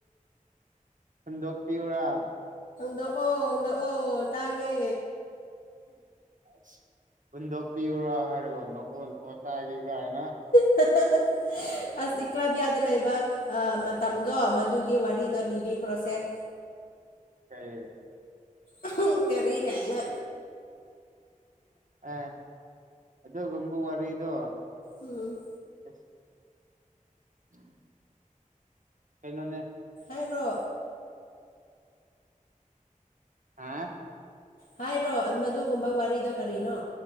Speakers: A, on the right; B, on the left.
A: ꯍꯨꯟꯗꯣꯛ ꯄꯤꯎꯔꯥ
B: ꯅꯣꯛꯑꯣ ꯅꯣꯛꯑꯣ ꯇꯥꯒꯦ
A: ꯑꯁ ꯍꯨꯟꯗꯣꯛꯄꯤꯎꯔꯥ ꯍꯥꯏꯔꯒ ꯅꯣꯛꯑꯣ ꯅꯣꯛꯑꯣ ꯇꯥꯒꯦ ꯀꯥꯏꯅ
B: <unintelligible> ꯑꯁ ꯏꯀ꯭ꯂꯥꯕꯤꯌꯥꯗ ꯂꯩꯕ ꯃꯇꯝꯗꯣ ꯃꯗꯨꯒꯤ ꯋꯥꯔꯤꯗꯣ ꯂꯤꯕꯤꯈ꯭ꯔꯣꯁꯦ <inaudible>
A: ꯀꯩ
B: ꯑꯍꯝ ꯀꯔꯤ ꯀꯥꯏꯅ
A: ꯑꯦ ꯑꯗꯨꯒꯨꯝꯕ ꯋꯥꯔꯤꯗꯣ
B: ꯎꯝ
A: <inaudible> <inaudible> ꯀꯩꯅꯣꯅꯦ
B: ꯔꯣ
A: ꯍꯥ
B: ꯍꯥꯏꯔꯣ ꯃꯗꯨꯒꯨꯝꯕ ꯋꯥꯔꯤꯗꯣ ꯀꯔꯤꯅꯣ